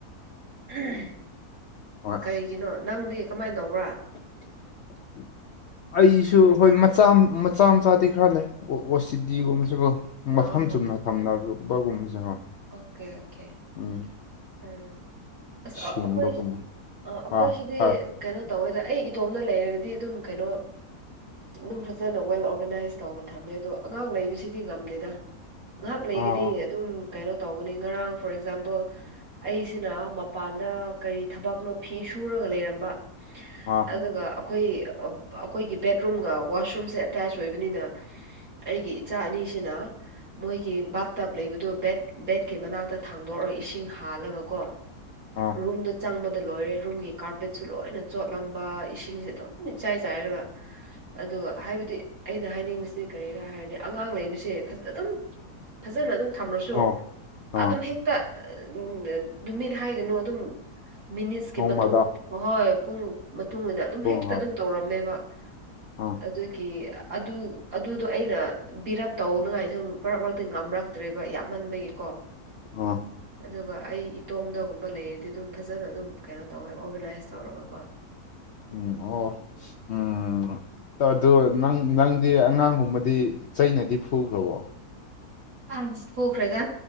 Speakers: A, on the right; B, on the left.
A: ꯎꯝ
B: ꯍꯣꯏ
A: ꯀꯔꯤꯒꯤꯅꯣ ꯅꯪꯗꯤ ꯀꯃꯥꯏ ꯇꯧꯕ꯭ꯔꯥ
B: <unintelligible> ꯑꯩꯁꯨ ꯍꯣꯏ ꯃꯆꯥ ꯃꯆꯥ ꯃꯆꯥꯗꯤ ꯈꯔ ꯂꯩ ꯑꯣ-ꯁꯤ-ꯗꯤ ꯒꯨꯝꯕꯁꯨ ꯀꯣ ꯃꯐꯝ
A: ꯑꯥ
B: ꯆꯨꯝꯅ ꯊꯝꯅꯔꯛꯄꯒꯨꯝꯖꯨ ꯍꯣꯏ
A: ꯑꯣꯀꯦ ꯑꯣꯀꯦ
B: ꯎꯝ
A: ꯎꯝ ꯑꯁ
B: ꯁꯦꯡꯕꯒꯨꯝꯕ
A: ꯑꯩꯈꯣꯏ ꯑ ꯑꯩꯈꯣꯏ
B: ꯑꯥ
A: ꯁꯤꯗꯤ
B: ꯑꯥ
A: ꯀꯩꯅꯣ ꯇꯧꯋꯦꯗ ꯑꯩ ꯏꯇꯣꯝꯗꯥ ꯂꯩꯔꯒꯗꯤ ꯑꯗꯨꯝ ꯀꯩꯅꯣ ꯑꯗꯨꯝ ꯐꯖꯅ ꯋꯦꯜ ꯑꯣꯔꯒꯅꯥꯏꯁ ꯇꯧꯅ ꯊꯝꯃꯦ ꯑꯗꯣ ꯑꯉꯥꯡ ꯂꯩꯕꯁꯤꯗꯤ ꯉꯝꯗꯦꯗ ꯉꯥꯛ ꯂꯩꯒꯅꯤ
B: ꯑꯥ
A: ꯑꯗꯨꯝ ꯀꯩꯅꯣ ꯇꯧꯒꯅꯤ ꯉꯔꯥꯡ ꯐꯣꯔ ꯑꯦꯛꯖꯥꯝꯄꯜ ꯑꯩꯁꯤꯅ ꯃꯄꯥꯟꯗ ꯀꯔꯤ ꯊꯕꯛꯅꯣ ꯐꯤ ꯁꯨꯔꯒ ꯂꯩꯔꯝꯕ
B: ꯑꯥ
A: ꯑꯗꯨꯒ ꯑꯩꯈꯣꯏ ꯑꯩꯈꯣꯏꯒꯤ ꯕꯦꯠꯔꯨꯝꯒ ꯋꯥꯁꯔꯨꯝꯁꯦ ꯑꯦꯇꯦꯆ ꯑꯣꯏꯕꯅꯤꯅ ꯑꯩꯒꯤ ꯏꯆꯥ ꯑꯅꯤꯁꯤꯅ ꯃꯣꯏꯒꯤ ꯕꯥꯠ ꯇꯞ ꯂꯩꯕꯗꯨ ꯕꯦꯠ ꯕꯦꯠꯀꯤ ꯃꯅꯥꯛꯇ ꯊꯥꯡꯗꯣꯔꯥ ꯏꯁꯤꯡ ꯍꯥꯜꯂꯒ ꯀꯣ
B: ꯑꯥ
A: ꯔꯨꯝꯗꯣ ꯆꯪꯕꯗ ꯂꯣꯏꯔꯦ ꯔꯨꯝꯒꯤ ꯀꯥꯔꯄꯦꯠꯁꯨ ꯂꯣꯏꯅ ꯆꯣꯠꯂꯝꯕ ꯏꯁꯤꯡꯁꯦ ꯑꯗꯨꯝ ꯏꯆꯥꯏ ꯆꯥꯏꯔꯒ ꯑꯗꯨꯒ ꯍꯥꯏꯕꯗꯤ ꯑꯩꯅ ꯍꯥꯏꯅꯤꯡꯕꯁꯤ ꯀꯔꯤꯔꯥ ꯍꯥꯏꯔꯗꯤ ꯑꯉꯥꯡ ꯂꯩꯕꯁꯦ ꯐꯖ ꯑꯗꯨꯝ ꯐꯖꯅ ꯑꯗꯨꯝ ꯊꯝꯔꯥꯁꯨ
B: ꯑꯥ ꯑꯥ
A: ꯑꯗꯨꯝ ꯍꯦꯛꯇ ꯎ ꯎꯝ ꯅꯨꯃꯤꯠ ꯍꯥꯏꯒꯅꯨ ꯑꯗꯨꯝ ꯃꯤꯅꯤꯠꯁꯀꯤ
B: ꯅꯣꯡꯃꯗ
A: ꯃꯇꯨꯡ ꯍ ꯍꯣꯏ ꯄꯨꯡ ꯃꯇꯨꯡ ꯏꯟꯅ ꯑꯗꯨꯝ
B: ꯑꯣ
A: ꯍꯦꯛꯇ
B: ꯍꯣꯏ
A: ꯑꯗꯨꯝ ꯇꯧꯔꯝꯃꯦꯕ
B: ꯑꯥ
A: ꯑꯗꯨꯒꯤ ꯑꯗꯨ ꯑꯗꯨꯗꯣ ꯑꯩꯅ ꯕꯤꯔꯞ ꯇꯧꯅꯉꯥꯏꯁꯨ ꯃꯔꯛ ꯃꯔꯛꯇꯤ ꯉꯝꯔꯛꯇ꯭ꯔꯦꯕ ꯌꯥꯝꯃꯟꯕꯒꯤꯀꯣ
B: ꯎꯝ
A: ꯑꯗꯨꯒ ꯑꯩ ꯏꯇꯣꯝꯗꯒꯨꯝꯕ ꯂꯩꯔꯗꯤ ꯑꯗꯨꯝ ꯐꯖꯅ ꯑꯗꯨꯝ ꯀꯩꯅꯣ ꯇꯧꯔꯒꯥ ꯑꯣꯔꯒꯅꯥꯏꯁ ꯇꯧꯔꯒꯀꯣ
B: ꯎꯝ ꯑꯣ ꯎꯝ ꯑꯗꯨ ꯅꯪ ꯅꯪꯗꯤ ꯑꯉꯥꯡꯒꯨꯝꯕꯗꯤ ꯆꯩꯅꯗꯤ ꯐꯨꯈ꯭ꯔꯕꯣ
A: ꯑꯁ ꯐꯨꯈꯔ꯭ꯦꯗꯥ